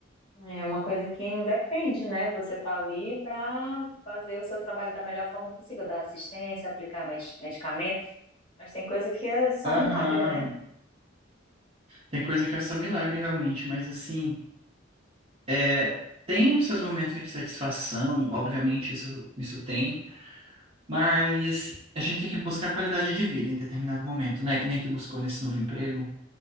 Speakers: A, on the left; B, on the right.
A: É uma coisa que independe, né? Você tá ali para fazer o seu trabalho da melhor forma possível, dar assistência, aplicar medi- medicamento, mas tem coisa que é só
B: Aham.
A: um milagre, né?
B: Tem coisa que é só milagre realmente, mas assim, é, tem os seus momentos de satisfação, obviamente isso, isso tem, mas a gente tem que buscar qualidade de vida em determinado momento, né? Que nem tu buscou nesse novo emprego.